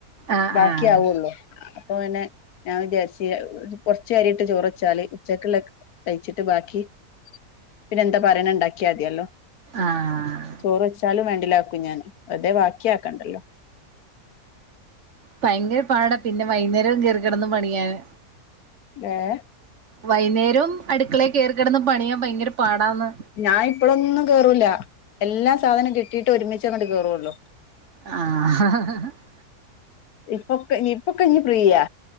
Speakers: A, on the right; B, on the left.
A: ആഹ്
B: ബാക്കി
A: ആഹ്
B: ആവുള്ളൂ അപ്പൊ പിന്നെ. ഞാൻ വിചാരിച്ച് കൊറച്ച് അരി ഇട്ട് ചോറ് വെച്ചാല് ഉച്ചക്കുള്ള കഴിച്ചിട്ട് ബാക്കി. പിന്നെ എന്താ പറയാനുണ്ട്. ഉണ്ടാക്കിയാൽ മതിയല്ലോ
A: ആഹ്
B: ചോറ് വെച്ചാലും വേണ്ടില്ല വെക്കും ഞാന് വെറുതെ ബാക്കിയക്കേണ്ടല്ലോ.
A: ഭയങ്കര പാടാ പിന്നെ വൈകുന്നേരവും കേറിക്കിടന്നും പണിയാന്.
B: ഏഹ്
A: വൈകുന്നേരം അടുക്കളയിൽ കേറി കിടന്ന് പണിയാൻ ഭയങ്കര പാടാന്ന്.
B: ഞാൻ ഇപ്പോഴൊന്നും കേറൂല്ല എല്ലാ സാധനം കിട്ടിയിട്ട് ഒരുമിച്ചാ അങ്ങോട്ട് കേറുള്ളൂ.
A: ആഹ്
B: ഇപ്പൊക്കെ ഇപ്പൊക്കെ ഇനി ഫ്രീയാ